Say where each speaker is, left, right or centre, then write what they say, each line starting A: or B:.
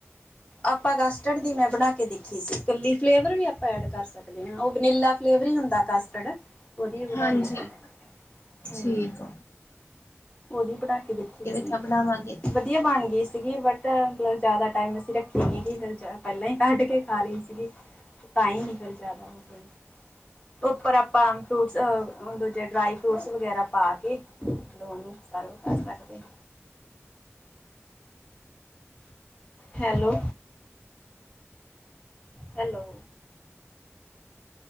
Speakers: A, on the left; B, on the left.
A: ਆਪਾਂ ਕਸਟਡ ਦੀ ਮੈਂ ਬਣਾ ਕੇ ਦੇਖੀ ਸੀ ਇਕੱਲੀ ਫਲੇਵਰ ਵੀ ਆਪਾਂ ਐਡ ਕਰ ਸਕਦੇ। ਉਹ ਵਨੀਲਾ ਫਲੇਵਰ ਹੀ ਹੁੰਦਾ ਕਾਸਟਰਡ ਉਹਦੀ ਬਣਾਲੀ
B: ਹਾਂਜੀ
A: ਸੀ ਹੂੰ।
B: ਠੀਕ
A: ਉਹਦੀ ਬਣਾ ਕੇ ਦੇਖੀ
B: ਕਿਵੇਂ
A: ਸੀ
B: ਕ ਬਣਾਵਾਂਗੇ
A: ਵਧੀਆ ਬਣ ਗਈ ਸੀਗੀ ਬਟ ਮਤਲਬ ਜ਼ਿਆਦਾ ਟਾਈਮ ਅਸੀਂ ਰੱਖੀ ਨੀਗੀ ਫੇਰ ਪਹਿਲਾਂ ਹੀ ਕੱਢ ਕੇ ਖਾ ਲਈ ਸੀਗੀ। ਤਾਂ ਹੀ ਨਹੀਂ ਫਿਰ ਜ਼ਿਆਦਾ ਓ ਕਰੀ। ਉੱਪਰ ਆਪਾਂ ਫਰੂਟਸ ਦੂਜੇ ਡਰਾਈ ਫਰੂਟਸ ਵਗੈਰਾ ਪਾ ਕੇ ਲੋਨ ਸਰਵ ਕਰ ਸਕਦੇ ਹਾਂ। Hello, hello.